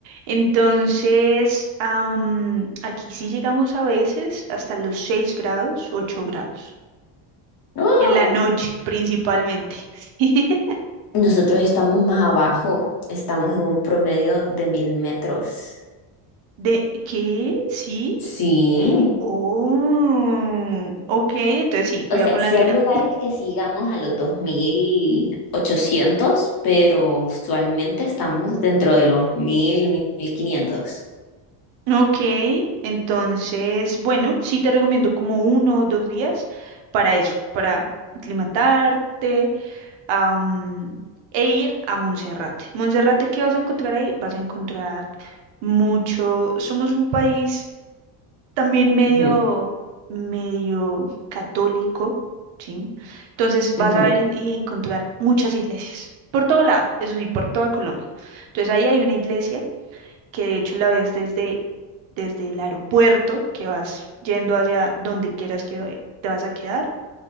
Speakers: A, on the right (about 65°); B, on the left (about 45°).
A: Entonces, am, aquí sí llegamos a veces hasta los 6 grados, 8 grados.
B: ¡No!
A: En la noche, principalmente. <laughs>
B: Nosotros estamos más abajo, estamos en un promedio de mil metros.
A: ¿De qué? ¿Sí?
B: Sí.
A: Oh, ok, entonces sí, cuidado
B: O sea,
A: con
B: sí
A: la altura.
B: hay lugares que sí llegamos a los 2800, pero usualmente estamos dentro de los mil 1500.
A: Ok, entonces, bueno, sí te recomiendo como uno o dos días para eso, para aclimatarte, am, e ir a Monserrate. Monserrate, ¿qué vas a encontrar ahí? Vas a encontrar mucho. Somos un país también medio,
B: Ujú,
A: medio católico, ¿sí? Entonces vas
B: ujú,
A: a ver en- y encontrar muchas iglesias, por todo lado, eso sí, por toda Colombia. Entonces ahí hay una iglesia que de hecho la ves desde, desde el aeropuerto, que vas yendo hacia donde quieras que te vas a quedar,